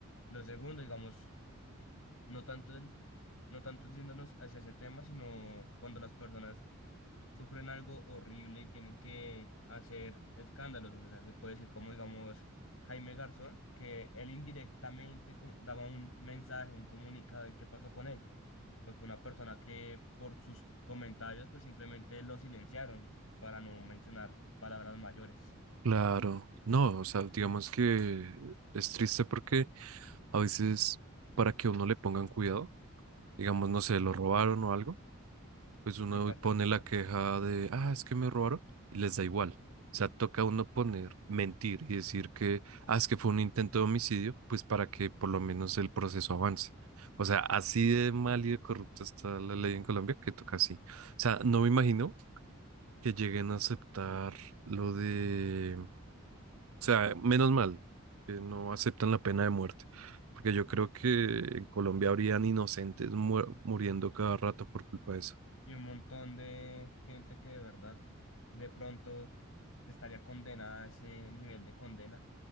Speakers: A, on the left; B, on the right.
A: Lo segundo, digamos, no tanto del no tanto yéndonos hacia ese tema, sino cuando las personas sufren algo horrible y tienen que hacer escándalos. O sea, se puede decir como, digamos, Jaime Garzón, que él indirectamente co- daba un mensaje, un comunicado, ¿y qué pasó con él? Pues fue una persona que por sus comentarios, pues simplemente lo silenciaron, para no mencionar palabras mayores.
B: Claro, no, o sea, digamos que es triste porque a veces para que a uno le pongan cuidado, digamos, no sé, lo robaron o algo, pues uno
A: Hay que hacer
B: pone
A: ruido.
B: la queja de, ah, es que me robaron y les da igual. O sea, toca a uno poner, mentir y decir que, ah, es que fue un intento de homicidio, pues para que por lo menos el proceso avance. O sea, así de mal y de corrupta está la ley en Colombia que toca así. O sea, no me imagino que lleguen a aceptar lo de... O sea, menos mal que no aceptan la pena de muerte, porque yo creo que en Colombia habrían inocentes muer- muriendo cada rato por culpa de eso.
A: y un montón de gente que de verdad de pronto estaría condenada a ese nivel de condena,